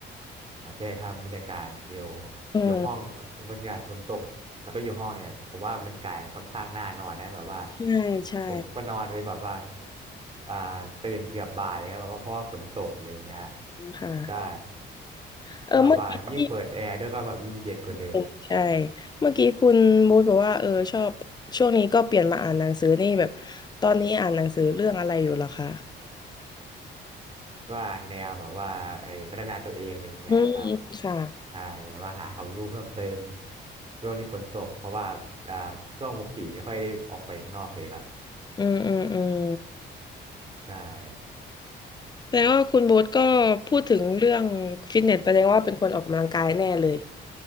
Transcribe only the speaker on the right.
อ๋อใช่ครับบรรยากาศอยู่
อยู่ห้องบรรยากาศฝนตกแล้วก็อยู่ห้องเนี่ยผมว่าบรรยากาศมันค่อนข้างน่านอนนะแบบว่า
ผมก็นอนไปแบบว่าอ่าตื่นเกือบบ่ายเลยครับแบบว่าเพราะว่าฝนตกอะไรอย่างเงี้ย
ใช่
แบบว่ายิ่งเปิดแอร์ด้วยก็แบบยิ่งเย็นกว่าเดิม
ก็อ่านแนวแบบว่าไอ้พัฒนาตัวเองอะไรเงี้ยครับ
ใช่แบบว่าหาความรู้เพิ่มเติมช่วงที่ฝนตกเพราะว่าอ่าช่วงปกติไม่ค่อยได้ออกไปข้างนอกเลยครับ
ใช่